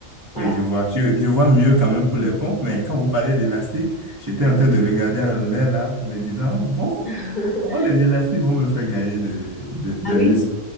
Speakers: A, on the left (about 40°); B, on the right (about 20°).
A: voilà.
B: Oui, je vois. Je, je vois mieux quand même pour les pompes, mais quand vous parlez d'élastique, j'étais en train de regarder en l'air là, me disant, oh, bon,
A: <laughs>
B: comment les élastiques vont me faire gagner de, de, des
A: Ah oui?
B: muscles?